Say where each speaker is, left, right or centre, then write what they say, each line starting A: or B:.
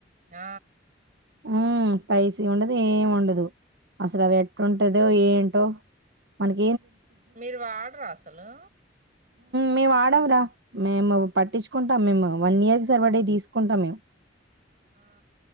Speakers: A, on the right (about 40°); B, on the right (about 60°).
A: ఆ
B: ఆ స్పైసీ ఉండదు ఏం ఉండదు అసలు అవి ఎట్ ఉంటదో ఏంటో మనకి
A: మీరు వాడరా అసలు
B: మేము వాడమురా మేము పట్టించుకుంటాం మేము వన్ ఇయర్ సర్వా డే తీసుకుంటాం మేము
A: ఆ